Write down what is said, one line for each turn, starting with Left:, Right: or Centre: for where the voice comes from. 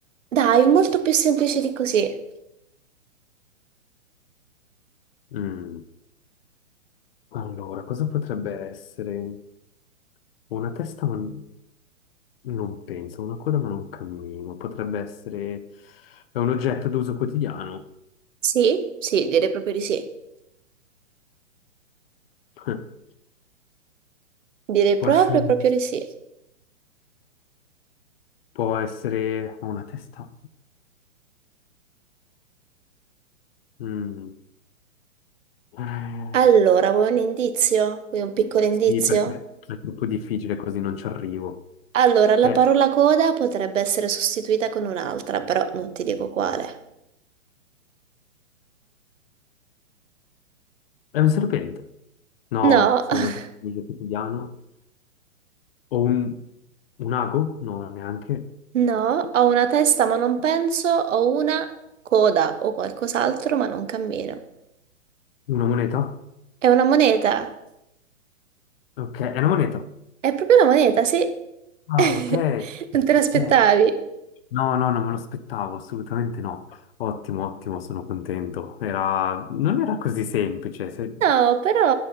Right: Dai, molto più semplice di così.
Left: Mm. Allora, cosa potrebbe essere? Ho una testa ma n- non penso, ho una coda ma non cammino. Potrebbe essere... È un oggetto d'uso quotidiano.
Right: Sì? Sì, direi proprio di sì.
Left: <laughs>
Right: Direi
Left: Può
Right: proprio
Left: essere...
Right: proprio di sì.
Left: Può essere... Ho una testa... Mm. Eh,
Right: Allora, vuoi un indizio? Vuoi un piccolo indizio?
Left: Sì, perché è troppo difficile così, non ci arrivo.
Right: Allora, la
Left: È,
Right: parola coda potrebbe essere sostituita con un'altra, però non ti dico quale.
Left: è un serpente. No,
Right: No,
Left: se è un oggetto
Right: <laughs>
Left: di uso quotidiano. O un, un ago? No, neanche.
Right: no, ho una testa ma non penso, ho una coda o qualcos'altro ma non cammino.
Left: Una moneta?
Right: È una moneta,
Left: Ok, è una moneta.
Right: è proprio una moneta, sì.
Left: Ah,
Right: <laughs>
Left: ok.
Right: Non te l'aspettavi?
Left: Ok. No, no, non me lo aspettavo, assolutamente no. Ottimo, ottimo, sono contento. Era... Non era così semplice. Se,
Right: No, però,